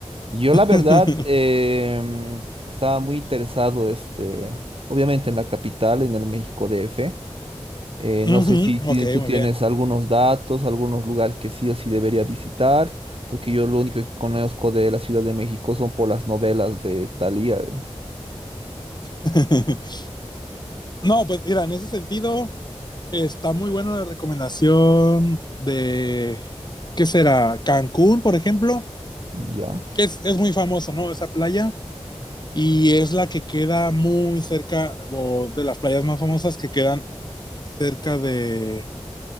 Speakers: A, on the right (about 60°); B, on the left (about 40°).
A: Yo
B: <laughs>
A: la verdad em, estaba muy interesado, este, obviamente en la capital, en el México DF. Eh,
B: Ujú,
A: no sé si ti-
B: Ok,
A: tú
B: muy
A: tienes
B: bien.
A: algunos datos, algunos lugares que sí o sí debería visitar, porque yo lo único que conozco de la Ciudad de México son por las novelas de Thalía.
B: <laughs> No, pues mira, en ese sentido está muy buena la recomendación de, ¿qué será? Cancún, por ejemplo,
A: ¿Ya?
B: que es, es muy famoso, ¿no? Esa playa. y es la que queda muy cerca, o de las playas más famosas que quedan cerca de...